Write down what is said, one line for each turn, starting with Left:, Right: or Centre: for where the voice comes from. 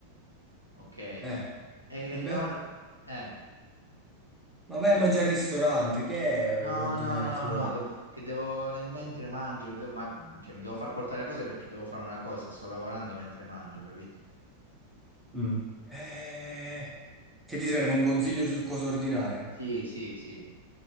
Right: ok? E,
Centre: Eh,
Right: e
Centre: e beh,
Right: ora, eh,
Centre: ma vai a mangiare al ristorante, che è
Right: no,
Centre: ordinare
Right: no, no,
Centre: fuori?
Right: no, devo- che devo nel mentre mangio, devo- ma, cioè mi devo far portare cose perché devo fare una cosa, sto lavorando mentre mangio, capito?
Centre: Mm. Eh, che ti serve un consiglio su cosa ordinare?
Right: Sì, sì, sì.